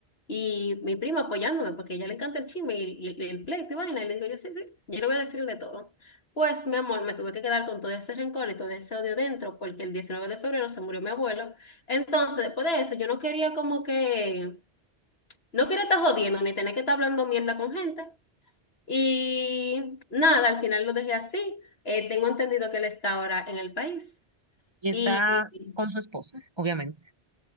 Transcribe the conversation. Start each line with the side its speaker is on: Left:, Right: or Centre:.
Left: Y mi prima apoyándome, porque a ella le encanta el chisme y, y el, el pleito y vaina. Y le digo, yo sí, sí, yo le voy a decir de todo. Pues, mi amor, me tuve que quedar con todo ese rencor y todo ese odio dentro, porque el 19 de febrero se murió mi abuelo. Entonces, después de eso, yo no quería como que, no quería estar jodiendo ni tener que estar hablando mierda con gente. Y nada, al final lo dejé así. Eh, tengo entendido que él está ahora en el país.
Right: Y está
Left: Y
Right: con su esposa, obviamente.